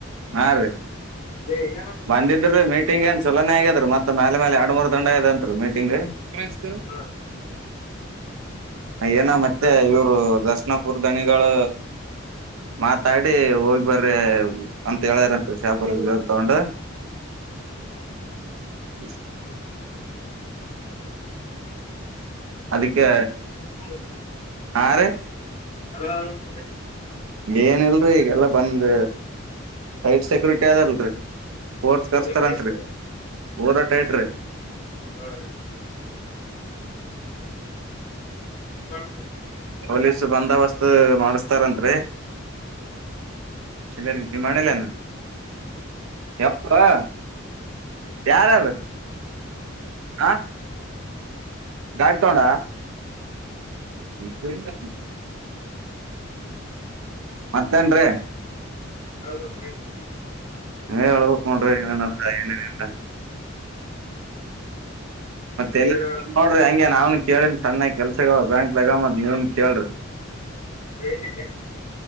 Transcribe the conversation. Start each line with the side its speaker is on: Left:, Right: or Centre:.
Right: ಹಾ ರೀ
Left: ಏ ಏನಂತ
Right: ಬಂದಿದ್ರರು ಮೀಟಿಂಗ್ ಏನ್ ಚಲನೆ ಆಗ್ಯರು ಮತ್ತತ್ ಮೇಲೆ ಮೇಲೆ ಎರಡ್ ಮೂರ್ ದಂಡ ಇದಂ ಮೀಟಿಂಗ್ ಪಚ ದ
Left: ಹಾ
Right: ಏನ ಮತ್ತೆ ಇವರು ದರ್ಶನ ಪುರದಣಿಗಳು ಮಾತಾಡಿ ಹೋಗಿ ಬರ್ರಿ ಅಂತ ಹೇಳ್ಯಾರಂತ ಶಾಪರ್ರು ತಗೊಂಡು ಎಷ್ಟ ಅದಕ್ಕೆ
Left: ಹೌದು
Right: ಹಾ ರ
Left: ಅಲ ಸ
Right: ಏನಲ್ರರಿ ಈಗೆಲ್ಲಾ ಬಂದ ಸೈಟ್ ಸೆಕ್ಯೂರಿಟಿ ಅದಲ್ರರಿ ರ್ಸ್ ಕರ್ಸ್ತಾರತ್ರಿ
Left: ಹೊಲ ಕೈತ್ರಿ
Right: ರಟೈಟ್
Left: ಹ ಮಾಡ್ತ
Right: ಪೊಲೀಸ್ ಬಂದೋಬಸ್ತ್ ಮಾಡಸ್ತಾರಂರಿ ಇಲ್ಲ ನೀ ಮಾಡಲಾನ ಯಾವವಾ ಯಾರ ಯ ಹಾ ಗಾಡಿ ತೋಣ ಇತಲ್ಲ ಮತ್ತೇನ್ ರೀ
Left: ಹೌಟ ರ
Right: ಏ ಹೇಳಳ್ಬೇಕ ನೋಡ್ರಿ ಏನ ಏನ ಮತ್ತೆ ಎ
Left: ಈಗ
Right: ನೋಡ್ರಿ ಹಂಗಗೆ ನಾವನ್ ಕೇಳನ್ ಸಣ್ಣಾಗ ಕೆಲ್ಸಗ ಬ್ಯಾಂಕ್ದಾಗ ಮತ್ ನೀವನ್ ಕೇಳ್ರಿ
Left: ಹೇಳಿ